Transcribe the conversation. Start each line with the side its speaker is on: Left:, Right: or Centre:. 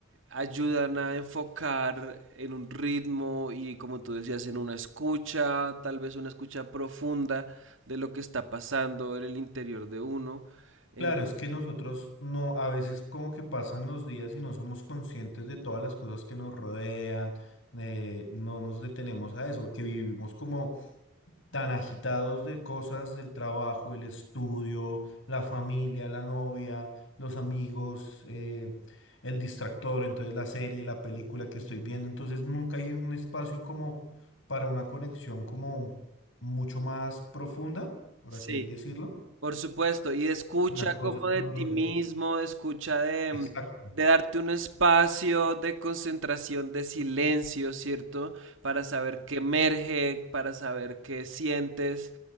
Right: ayudan a enfocar en un ritmo y como tú decías, en una escucha, tal vez una escucha profunda de lo que está pasando en el interior de uno. En-
Left: Claro, es que nosotros no, a veces como que pasan los días y no somos conscientes de todas las cosas que nos rodean, eh, no nos detenemos a eso, porque vivimos como tan agitados de cosas del trabajo, el estudio, la familia, la novia, los amigos, eh, el distractor, entonces la serie, la película que estoy viendo, entonces nunca hay un espacio como para una conexión como mucho más profunda, por
Right: Sí.
Left: así decirlo,
Right: Por supuesto, y escucha
Left: con las cosas
Right: como de
Left: que nos
Right: ti
Left: rodean.
Right: mismo, escucha de, mm,
Left: Exacto.
Right: de darte un espacio de concentración, de silencio, ¿cierto? Para saber qué emerge, para saber qué sientes.